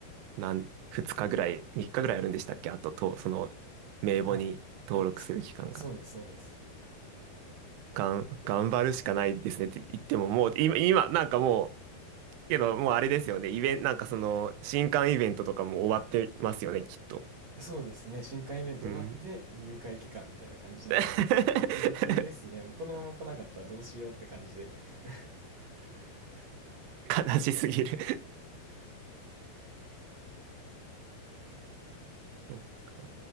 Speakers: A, on the right; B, on the right.
A: なん、二日ぐらい、三日ぐらいあるんでしたっけあと、と、その、名簿に登録する期間が。
B: はい。あ、そ、そうです、そうです。
A: がん、頑張るしかないですねって言っても、もう、今、今、なんかもう、けど、もうあれですよね。イベント、なんかその、新刊イベントとかも終わってますよね、きっと。
B: そうですね。新刊イベント終わって入会期間みたいな感じなんで、
A: うん。<laughs>
B: ドキドキですね。もうこのまま来なかったらどうしようって感じで。<laughs>
A: 悲しすぎる <laughs> そっか。